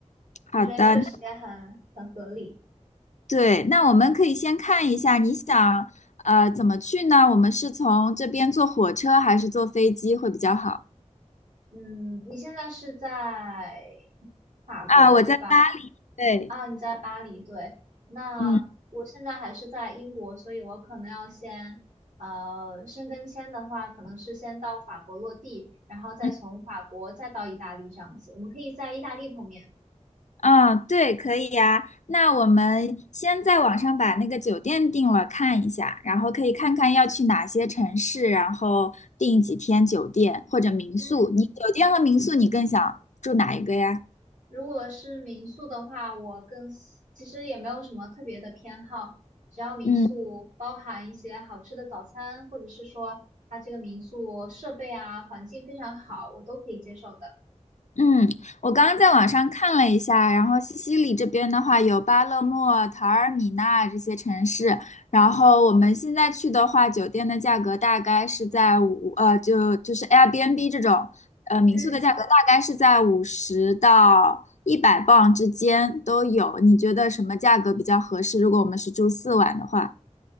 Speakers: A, on the left; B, on the right.
A: 好的，
B: 我觉得这个时间很很合理。
A: 对，那我们可以先看一下，你想呃怎么去呢？我们是从这边坐火车还是坐飞机会比较好？
B: 嗯，你现在是在法国，
A: 啊，我在巴黎。
B: 对吧？
A: 对，
B: 啊，你在巴黎，对。那我现在还是在英国，
A: 嗯
B: 所以我可能要先，呃，申根签的话，可能是先到法国落地，然后再从法国再到意大利这样子。
A: 嗯
B: 我们可以在意大利碰面。
A: 啊，对，可以呀。那我们先在网上把那个酒店定了，看一下，然后可以看看要去哪些城市，然后订几天酒店或者民宿。
B: 嗯，
A: 你酒店和民宿你更想住哪一个呀？
B: 如果是民宿的话，我更喜其实也没有什么特别的偏好，只要民宿包含一些好吃的早餐，
A: 嗯。
B: 或者是说它这个民宿设备啊、环境非常好，我都可以接受的。
A: 嗯，我刚刚在网上看了一下，然后西西里这边的话有巴勒莫、陶尔米纳这些城市，然后我们现在去的话，酒店的价格大概是在五呃，就就是 Airbnb 这种呃民宿的价格大概是在五十到一百磅之间都有。
B: 嗯。
A: 你觉得什么价格比较合适？如果我们是住四晚的话，